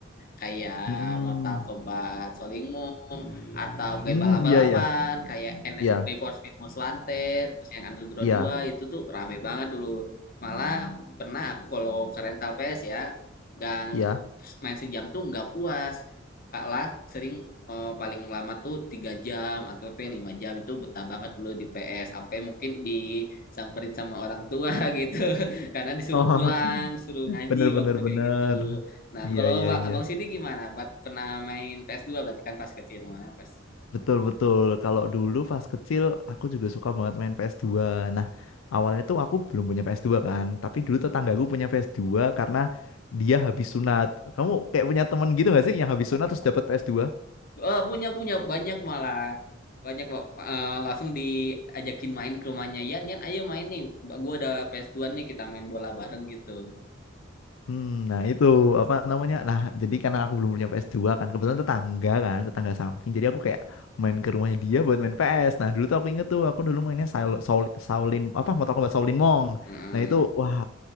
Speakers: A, on the left; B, on the left.
A: kayak
B: hmm,
A: Mortal Kombat Solingwo atau game
B: hmm,
A: balap-balapan
B: iya, iya,
A: kayak N-
B: iya,
A: Need for Speed Most Wanted terus yang Underground
B: iya,
A: dua itu tuh rame banget dulu malah pernah aku kalau ke rental PS ya nggak
B: iya.
A: main sejam tuh nggak puas Kak Lak sering eh, paling lama tuh tiga jam atau sampai lima jam itu betah banget dulu di PS sampai mungkin disamperin sama orang tua <laughs> gitu karena disuruh
B: Oh,
A: pulang
B: <laughs>
A: suruh ngaji
B: bener, bener,
A: waktu kayak
B: bener.
A: gitu Nah,
B: Iya,
A: kalau
B: iya,
A: Bang-
B: iya.
A: abang sini gimana? Bat pernah main PS2 berarti kan pas kecil mah, pas.
B: Betul betul. Kalau dulu pas kecil aku juga suka banget main PS2. Nah, awalnya tuh aku belum punya PS2 kan, tapi dulu tetanggaku punya PS2 karena dia habis sunat. Kamu kayak punya temen gitu gak sih yang habis sunat terus dapat PS2?
A: Oh, punya punya banyak malah. Banyak Bang. Eh, langsung diajakin main ke rumahnya. Yan, Yan, ayo main nih. Gua ada PS2 nih, kita main bola bareng gitu.
B: Hmm, nah itu apa namanya? Nah, jadi karena aku belum punya PS2 kan, kebetulan tetangga kan, tetangga samping. Jadi aku kayak main ke rumahnya dia buat main PS. Nah, dulu tuh aku inget tuh aku dulu mainnya Saul, Saul, Shaolin- apa Mortal Kombat Shaolin Monk.
A: Heeh.
B: Nah, itu wah